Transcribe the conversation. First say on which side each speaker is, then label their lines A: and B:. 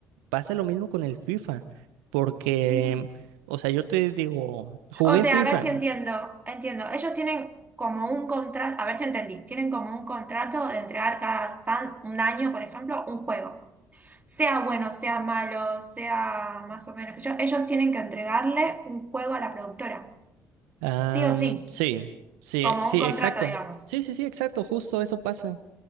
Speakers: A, on the right (about 80°); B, on the right (about 20°).
A: Pasa lo mismo con el FIFA, porque,
B: Ujú.
A: o sea, yo te digo, jugué
B: O sea,
A: FIFA.
B: a ver si entiendo, entiendo. Ellos tienen como un contrato, a ver si entendí, tienen como un contrato de entregar cada tan, un año, por ejemplo, un juego. sea bueno, sea malo, sea más o menos que yo, ellos tienen que entregarle un juego a la productora,
A: Am,
B: sí o sí,
A: sí, sí,
B: como
A: eh, sí,
B: un contrato,
A: exacto.
B: digamos.
A: Sí, sí, sí, exacto. Justo eso pasa.